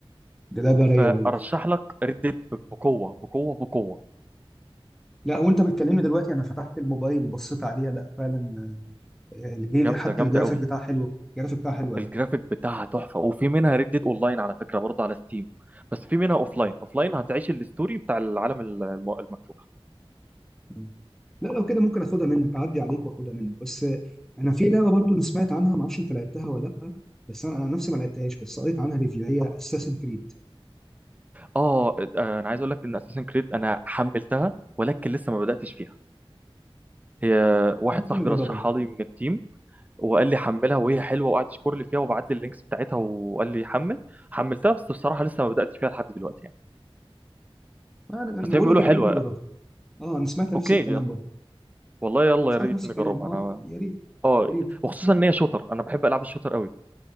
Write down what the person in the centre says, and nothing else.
دي لا برية
أوي
لا وأنت بتكلمني دلوقتي أنا فتحت الموبايل وبصيت عليها لا فعلا آه، الجي-
حتى
الجرافيك
بتاعها حلو الجرافيك بتاعها حلو أوي
مم.
مم. لا لو كده ممكن اخدها منك اعدي عليك واخدها منك بس آه، انا في لعبه برضو انا سمعت عنها ما اعرفش انت لعبتها ولا لا بس انا انا نفسي ما لعبتهاش بس قريت عنها ريفيو هي اساسن كريد
ممكن
نجربها
انا
بقول
لك ما
نيجي نجربها اه انا سمعت نفس
الكلام
برضو
سمعت
نفس
الكلام اه
يا ريت
يا ريت